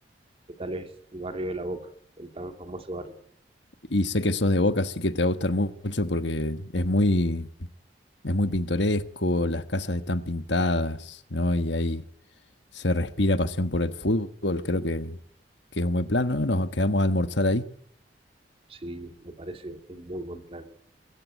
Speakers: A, on the right; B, on the left.
A: qué tal es el barrio de La Boca, el tan famoso barrio.
B: Y sé que sos de Boca, así que te va a gustar mu- mucho porque es muy, es muy pintoresco, las casas están pintadas, ¿no? Y ahí se respira pasión por el fútbol, creo que, que es un buen plan, ¿no? Nos quedamos a almorzar ahí.
A: Sí, me parece un muy buen plan.